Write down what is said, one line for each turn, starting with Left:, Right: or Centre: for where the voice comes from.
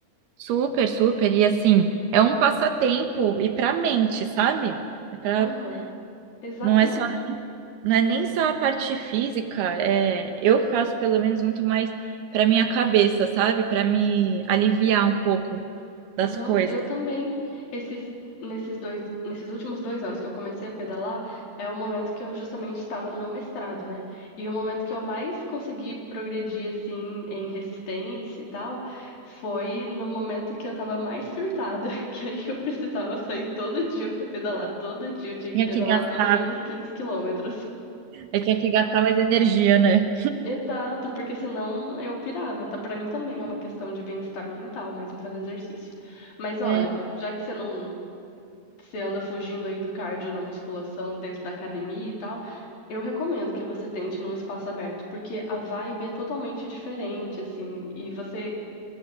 Right: super, super. E assim, é um passatempo e para a mente, sabe? É pra,
Left: Aham, exatamente.
Right: não é só, não é nem só a parte física. É, eu faço pelo menos muito mais para minha cabeça, sabe? Para me aliviar um pouco das
Left: Não,
Right: coisas.
Left: eu também. Esses, nesses dois, nesses últimos dois anos que eu comecei a pedalar, é o momento que eu justamente estava no meu mestrado, né? E o momento que eu mais consegui progredir, assim, em resistência e tal, foi no momento que eu estava mais surtada, <laughs> que aí eu precisava sair todo dia para pedalar. Todo dia eu tinha que
Right: Tinha
Left: pedalar
Right: que gastar,
Left: pelo menos 15 quilômetros.
Right: eu tinha que gastar mais energia, né?
Left: Exato, porque senão eu pirava. Tá, para mim também é uma questão de bem-estar mental mesmo fazer exercício. Mas olha,
Right: É.
Left: já que você não você anda fugindo aí do cardio na musculação dentro da academia e tal, eu recomendo que você tente num espaço aberto, porque a vibe é totalmente diferente assim, e você